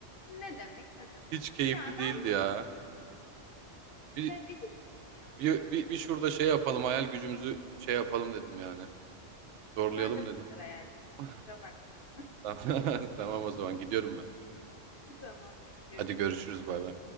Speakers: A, on the left; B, on the right.
A: Ne demek ne demek?
B: Hiç keyifli
A: Ya ben
B: değildi ya. Bir,
A: ya gıcık mısın ya?
B: bir, bir, bir şurada şey yapalım. Hayal gücümüzü şey yapalım dedim yani. Zorlayalım
A: Ya ben de
B: dedim.
A: bu kadar
B: <laughs>
A: hayal gücü. Kusura bakma.
B: Tamam, <laughs> tamam o zaman gidiyorum ben.
A: <laughs> Tamamdır. Görüşürüz.
B: Hadi görüşürüz bay bay.